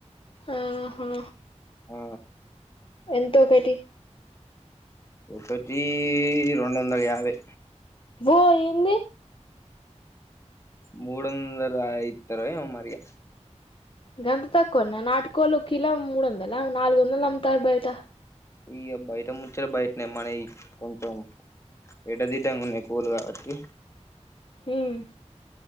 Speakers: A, on the left; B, on the left.
A: ఆహా
B: ఆ
A: ఎంత ఒకటి
B: ఒకటి రెండోందల యాభై
A: ఓ ఏంది
B: ముడొందల ఇత్తరో ఏమో మరిగ
A: గంత తక్కువన నాటుకోళ్లు కిల మూడు వందల నాలుగు వందలు అమ్ముతాళ్లు బయట
B: ఇగ బయట ముచ్చాట బయటనే మనయి కొంచెం ఎడ్డదిడ్డంగా ఉన్నాయి కోళ్లు కాబట్టి
A: ఉమ్